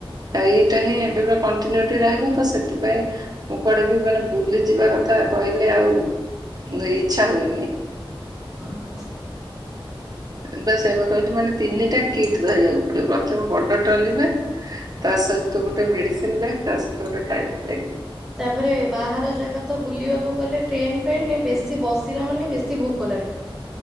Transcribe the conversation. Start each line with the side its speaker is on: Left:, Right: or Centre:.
Right: ଏଇଟା ହିଁ ଏବେ ବି କଣ୍ଟିନ୍ୟୁଟି ରହିବ ତ ସେଥିପାଇଁ ମୁଁ କୁଆଡେିବି ମାନେ ବୁଲି ଯିବା କଥା କହିଲେ ଆଉ ଇଚଛା ହୁଏନି।
Centre: ଓହୋ
Right: ବା ସେ ବା କହିଲି ମାନେ ତିନିଟା କିଟ୍ ଧରିବାକୁ ପଡିବ ପ୍ରଥମେ ବଡ ଟ୍ରଲି ବ୍ୟଗ, ତା ସହିତ ଗୋଟେ ମେଡିସିନ ବଗ ତା ସହିତ ଗୋଟେ ଖାଇବା ବ୍ୟଗ।
Centre: ତାପରେ ବାହାର ଜାଗା ତ ବୁଲିବାକୁ ଗଲେ ଟ୍ରେନ ଫ୍ରେନ ବେଶୀ ବସିଲା ମାନେ ବେଶୀ ଭୋକ ଲାଗେ।